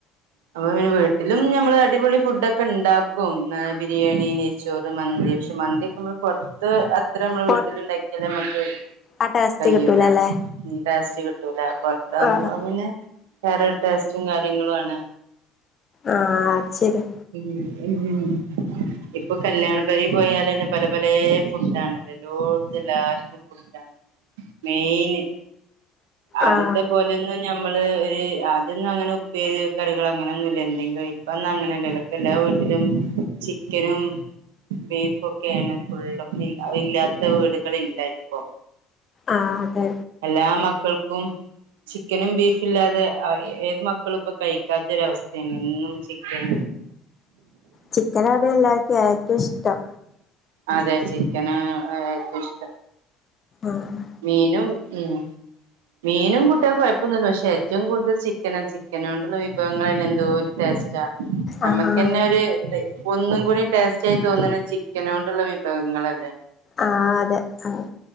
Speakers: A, on the right (about 70°); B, on the left (about 35°).
A: അപ്പൊ പിന്നെ വീട്ടിലും ഞമ്മള് അടിപൊളി ഫുഡൊക്കെ ഉണ്ടാക്കും ബിരിയാണി നെയ്ച്ചോറ് മന്തി പക്ഷേ മന്തി നമ്മള് പൊറത്ത് എത്ര നമ്മള്
B: പൊ
A: വീട്ടിലുണ്ടാക്കിയാലും നമ്മക്ക്
B: ആ ടേസ്റ്റ്
A: കഴിയൂല
B: കിട്ടൂലല്ലേ
A: ടേസ്റ്റ് കിട്ടൂല പൊറത്താവുമ്പോ
B: ആ
A: അത് പിന്നെ വേറൊരു ടേസ്റ്റും കാര്യങ്ങളും ആണ്
B: ആഹ് അത് ശരിയാ
A: ഉം ഉം ഇപ്പൊ കല്യാണ പെരയിൽ പോയാലന്നെ പലെ പലെ ഫുഡ്ഡാണല്ലേ എല്ലോടത്തും എല്ലാർക്കും ഫുഡ്ഡാണ് മെയിന് ആദ്യത്തെ
B: ആ
A: പോലെയൊന്നും ഞമ്മള് ഒരു ആദ്യവൊന്നും അങ്ങനെ ഉപ്പേരി കറികൾ അങ്ങനൊന്നും ഇല്ലാ എന്തെങ്കിലും ആയിട്ട് ഇപ്പോ ഒന്നും അങ്ങനല്ലല്ലോ ഇപ്പോ എല്ലാ വീട്ടിലും ചിക്കനും ബീഫ് ഒക്കെയാണ് ഫുള്ളും അത് ഇല്ലാത്ത വീടുകള് ഇല്ല ഇപ്പൊ
B: ആഹ് അതെ
A: എല്ലാ മക്കൾക്കും ചിക്കനും ബീഫും ഇല്ലാതെ ഏത് മക്കളും ഇപ്പോ കഴിക്കാത്തൊരു അവസ്ഥയാണ് എന്നും ചിക്കൻ
B: ചിക്കനോട് എല്ലാർക്കും ഏറ്റവും ഇഷ്ടം
A: അതെ ചിക്കനാ ഏറ്റവും ഇഷ്ടം
B: ആഹ്
A: മീനും ഉം മീനും കുട്ടികൾക്ക് കൊഴപ്പവൊന്നുവില്ല പക്ഷേ ഏറ്റവും കൂടുതൽ ചിക്കനാ ചി ചിക്കന് കൊണ്ടുള്ള വിഭവങ്ങളെല്ലാം എന്തോ ഒരു ടെസ്റ്റാ നമ്മക്ക്
B: ആ ആ
A: തന്നെ ഒര് ഒന്നും കൂടി ടേസ്റ്റായി തോന്നണേ ചിക്കനോണ്ടുള്ളാ വിഭവങ്ങളല്ലേ
B: ആഹ് അതെ ആഹ്